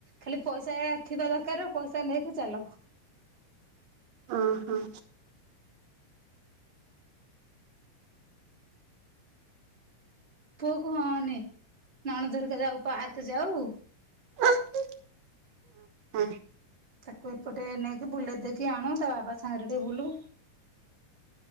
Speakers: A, on the right; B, on the right.
A: ଖାଲି ପଇସା ଥିବା ଦରକାର ପଇସା ନେଇକି ଚାଲ
B: ଓ ହୋ
A: ପୁଅ କ ହଁ ନିଏ ନଣନ୍ଦ ହେରିକା ଯାଉ ପାର୍କ ଯାଉ
B: ହଁ ହଁ <unintelligible>
A: ତାକୁ ଏପଟେ ନେଇକି ବୁଲେଇ ଦେଇକି ଆଣୁ ତା ବାବା ସାଙ୍ଗରେ ଟିକେ ବୁଲୁ